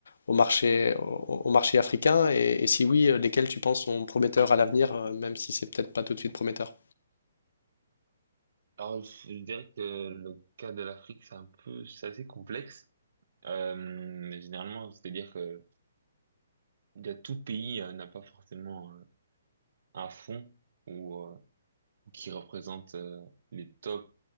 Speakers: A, on the left (about 65°); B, on the right (about 60°).
A: au marché, au, au marché africain? Et, et si oui, euh, lesquels tu penses sont prometteurs à l'avenir, euh, même si c'est peut-être pas tout de suite prometteur?
B: Alors, je je dirais que le cas de l'Afrique, c'est un peu, c'est assez complexe. Euh, généralement, c'est-à-dire que il y a tout pays euh, n'a pas forcément euh, un fond ou euh, qui représente euh, les tops